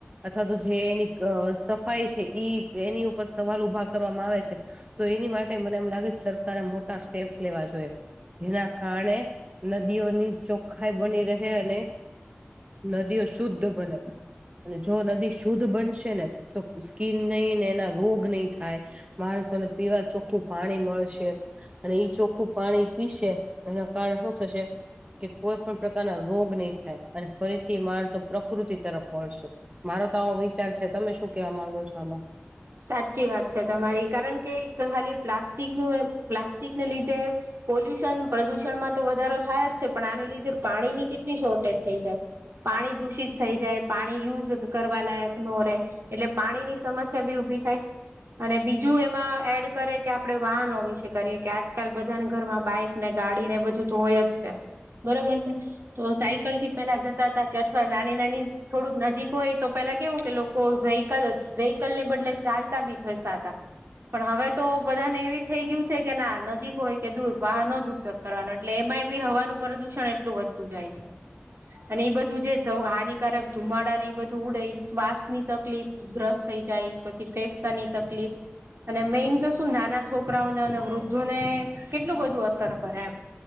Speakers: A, on the right; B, on the right.
A: અથવા તો જે એની ક અહ સફાઈ છે ઈ એની ઉપર સવાલ ઉભા કરવામાં આવે છે. તો એની માટે મને એમ લાગે સરકારે મોટા સ્ટેપ્સ લેવા જોએ. જેના કારણે નદીઓની ચોખખાઈ બની રહે અને નદીઓ શુદ્ધ બને અને જો નદી શુદ્ધ બનશ તો સ્કીન ની ને એના રોગ નહીં થાય. માણસોને પીવા ચોખ્ખું પાણી મળશે. અને ઈ ચોખ્ખું પાણી પીસે તો એના કારણે શું થશે કે કોઈ પણ પ્રકારના રોગ નહી થાય અને ફરીથી માણસો પ્રકૃતિ તરફ વળશે. મારો તો આો વિચાર છે તમે શું કેવા માંગો છો આમાં?
B: સાચી વાત છે તમારી. કારણ કે ખાલી પ્લાસ્ટિક નું એ પ્લાસ્ટિકને લીધે પોલ્યુશન પ્રદુષણમાં તો વધારો થયા જ છે પણ આને લીધે પાણી ની કેટલી શોર્ટેજ થઈ છે. પાણી દૂષિત થઈ જાય પાણી યુઝ કરવા લાયક નો રે એટલે પાણી ની સમસ સ ભી ઊભી થાય. અને બીજું એમાં એડ કરે કે આપડે વાહનો વિશે કરીએ કે આજકાલ બધાને ઘરમાં બાઈક ને ગાડી ને બધું તો હોય જ છે, બરોબર છે. તો સાયકલ થી પેલા જતા હતા કે અથવા નાની નાની થોડુંક નજીક હોય એ તો પેલા કેવું કે લોકો વેહકલ લ ની બદલે ચાલતા બી છે સાતા. પણ હવે તો બધા ને એવી થઈ ગયું છે કે ના નજીક હોય કે દૂર વાહનો જ ઉપયોગ કરવાનું એટલે એમાંય બી હવાનું પ્રદુષણ એટલું વધતું જાય છે. અને એ બધું જે હાનિકારક ધુમાડા ને એ બધું ઉડે એ શ્વાસ ની તકલીફ ઉધરસ થઈ જાય પછી ફેફસાની તકલીફ. અને મેઈન તો શું નાના છોકરા ઓને અને વૃદ્ધોને કેટલું બધું અસર કરે એમ.